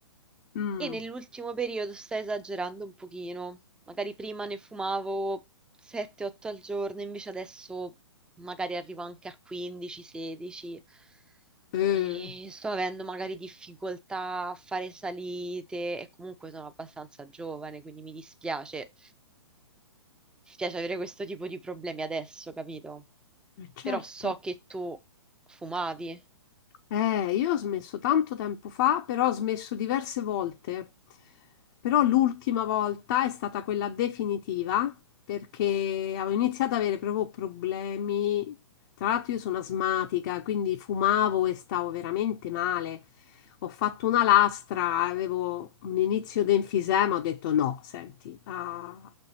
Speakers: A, on the left (about 45°); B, in the centre.
A: Mm,
B: e nell'ultimo periodo sto esagerando un pochino. Magari prima ne fumavo 7-8 al giorno, invece adesso magari arrivo anche a 15-16.
A: eh,
B: E sto avendo magari difficoltà a fare salite e comunque sono abbastanza giovane, quindi mi dispiace. Dispiace avere questo tipo di problemi adesso, capito?
A: certo.
B: Però so che tu fumavi.
A: Eh, io ho smesso tanto tempo fa, però ho smesso diverse volte. Però l'ultima volta è stata quella definitiva perché avevo iniziato ad avere proprio problemi. Tra l'altro io sono asmatica, quindi fumavo e stavo veramente male. Ho fatto una lastra, avevo un inizio di enfisema, ho detto no, senti, a